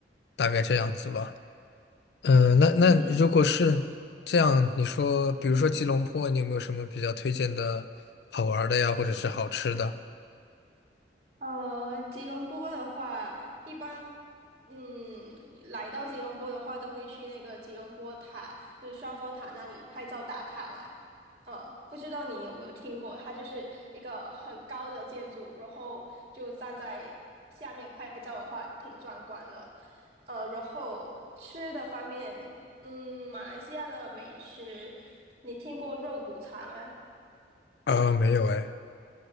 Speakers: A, on the left; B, on the right.
A: 大概这样子吧。嗯、那那如果是这样，
B: 嗯。
A: 你说比如说吉隆坡，你有没有什么比较推荐的好玩儿的呀，或者是好吃的？
B: 呃，吉隆坡的话，一般，嗯，来到吉隆坡的话，都会去那个吉隆坡塔，就是双峰塔那里拍照打卡嘛。呃，不知道你有没有听过，它就是一个很高的建筑，然后就站在下面拍照的话，挺壮观的。呃，然后吃的方面，嗯，马来西亚的美食，你听过肉骨茶吗？
A: 啊、没有哎。